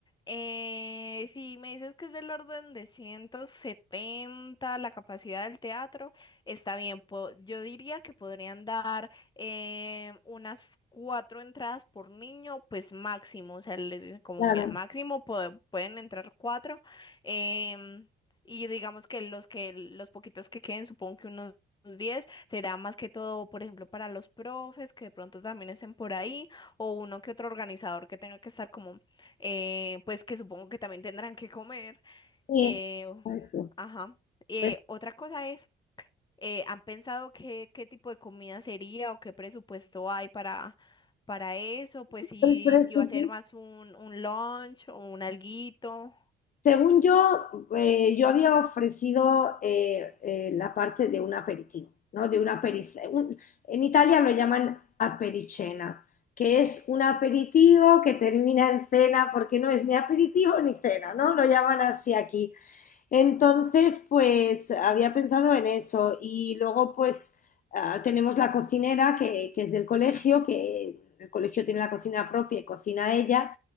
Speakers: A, on the left; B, on the left.
A: eh, si me dices que es del orden de 170 la capacidad del teatro, está bien. po- yo diría que podrían dar eh, unas cuatro entradas por niño, pues máximo. O sea, les dicen como,
B: Claro,
A: mira, máximo po- pueden entrar cuatro. em, y digamos que los que los poquitos que queden, supongo que unos 10, será más que todo, por ejemplo, para los profes que de pronto también estén por ahí o uno que otro organizador que tenga que estar como, eh, pues que supongo que también tendrán que comer.
B: sí,
A: eh,
B: eso.
A: ajá. Eh,
B: Pues,
A: otra cosa es, eh, ¿han pensado qué, qué tipo de comida sería o qué presupuesto hay para, para eso? Pues si,
B: el presupuesto-
A: si va a ser más un, un lunch o un alguito.
B: Según yo, eh, yo había ofrecido eh, eh, la parte de un aperitivo, ¿no? De una aperice- un- en Italia lo llaman apericena, que es un aperitivo que termina en cena, porque no es ni aperitivo ni cena, ¿no? Lo llaman así aquí. Entonces, pues había pensado en eso. Y luego, pues ah, tenemos la cocinera que, que es del colegio, que el colegio tiene la cocina propia y cocina ella.